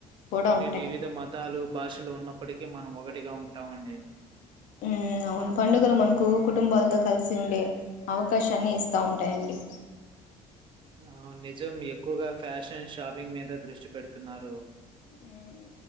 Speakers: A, on the left; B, on the right.
A: కూడా
B: అంటే
A: ఉంటాయి
B: వివిధ మతాలు భాషలు ఉన్నప్పటి కి మనం ఒకటిగా ఉంటామండి
A: ఉమ్ అవును పండుగలు మనకు కుటుంబాలతో కలిసి ఉండే అవకాశాన్ని ఇస్తా ఉంటాయండి
B: ఆ నిజం ఎక్కువగా ఫ్యాషన్ షాపింగ్ మీద దృష్టి పెడుతున్నారు
A: హ్మ్